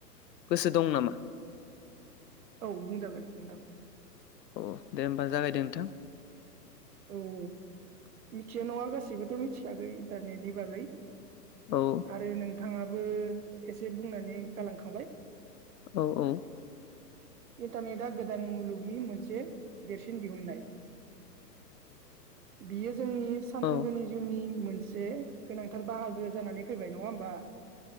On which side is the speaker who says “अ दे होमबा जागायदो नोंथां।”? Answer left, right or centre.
Left